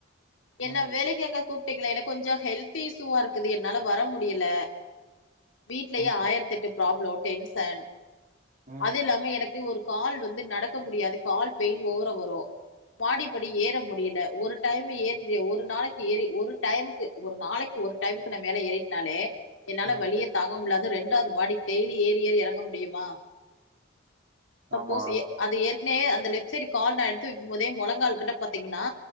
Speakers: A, on the left; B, on the right.
A: என்ன
B: ம்
A: வேலைக்காங்க கூப் டிங்களா எனக் கொஞ்சோ ஹெல்த் இஸுவா இருக்குது என்னால வர முடியில வீட்லயே
B: ம்
A: ஆயிரத்தெட்டு ப்ராப்ளோ டென்சன்
B: ம் ம்
A: அது இல்லாம எனக்கு ஒரு கால் வந்து நடக்க முடியாது கால் பெயின் ஓவரா வரு மாடி படி ஏற முடியில ஒரு டைமு ஏறிறே ஒரு நாளைக்கு ஏறி ஒரு டைமுக்கு ஒரு நாளைக் ஒரு டைம்க்கு நா மேல ஏறிட்னாலே என்னால
B: ம்
A: வலியே தாங்க முட்லா அது ரெண்டாவது மாடிக்கு டெய்லி ஏறி ஏறி எறங்க முடியுமா? சப்போஸ்
B: ஆமா
A: ஏ அது ஏறிட் லே அந்த லெஃப்ட் சைடு கால் நா எடுத்து வெக்கும் போதே மொழங்கால் கிட்ட பாத்தீங்கன்னா